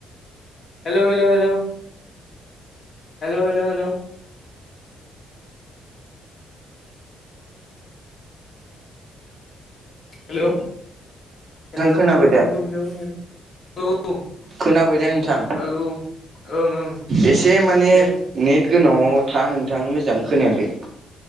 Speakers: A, on the left (about 50°); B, on the right (about 50°).
A: hello hello hello hello hello hello‌ hello hello
B: खोनाबाय
A: हेलौ
B: दा
A: हेलौ हेल औ
B: खोनाबायदा नोंथां
A: औ ओं ओं
B: एसे माने
A: दे
B: नेट गोनाङाव था नोंथां मोजां खोनाया यखै